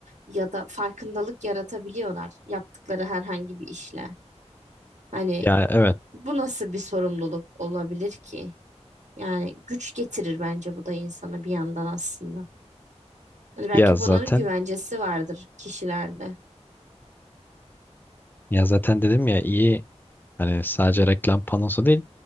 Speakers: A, on the right; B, on the left.
A: ya da farkındalık yaratabiliyorlar yaptıkları herhangi bir işle. Hani
B: Ya evet.
A: Bu nasıl bir sorumluluk olabilir ki? Yani güç getirir bence bu da insana bir yandan aslında. Hani belki
B: Ya zaten
A: bunun güvencesi vardır kişilerde.
B: ya zaten dedim ya iyi hani sadece reklam panosu değil.